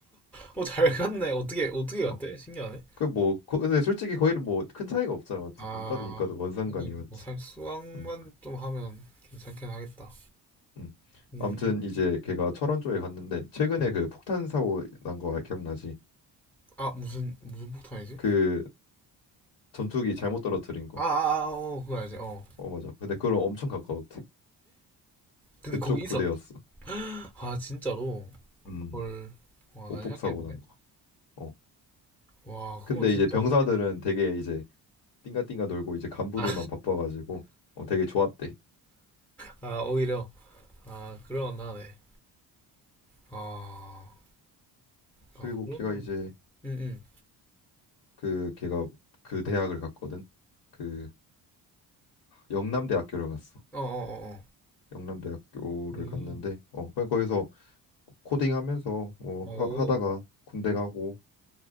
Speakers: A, in the centre; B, on the left.
A: 어, 잘 갔네. 어떻게 어떻게 갔대?
B: 어.
A: 신기하네.
B: 그 뭐 근데 솔직히 거기는 뭐 큰 차이가 없잖아. 맞지?
A: 아,
B: 문과도 이과도 뭔 상관이
A: 하긴
B: 맞지?
A: 뭐살 수학만
B: 음.
A: 좀 하면 괜찮긴 하겠다.
B: 음.
A: 음.
B: 아무튼 이제 걔가 철원 쪽에 갔는데 최근에
A: 어.
B: 그 폭탄 사고 난거 아, 기억나지?
A: 아, 무슨 무슨 폭탄이지?
B: 그 전투기 잘못 떨어뜨린 거.
A: 아, 아, 아, 어, 그거 알지. 어.
B: 어, 맞아. 근데 그걸 엄청 가까웠대.
A: 근데
B: 그쪽
A: 거기 있었.
B: 부대였어.
A: 아, 진짜로.
B: 음.
A: 헐. 와,
B: 오폭
A: 난리 나겠는데?
B: 사고 난 거. 어.
A: 와,
B: 근데
A: 그건 진짜
B: 이제 병사들은
A: 무섭겠다.
B: 되게 이제 띵가띵가 놀고 이제 간부들만
A: 아,
B: 바빠가지고 어 되게 좋았대.
A: 아, 오히려 아 그럴만 하네. 아, 아
B: 그리고
A: 그러면
B: 걔가 이제
A: 응응
B: 그 걔가 그 대학을 갔거든. 그 영남대학교를 갔어.
A: 어어어어
B: 영남대학교를
A: 음.
B: 갔는데 어 그냥 거기서 코딩하면서 뭐
A: 오.
B: 하, 하다가 군대 가고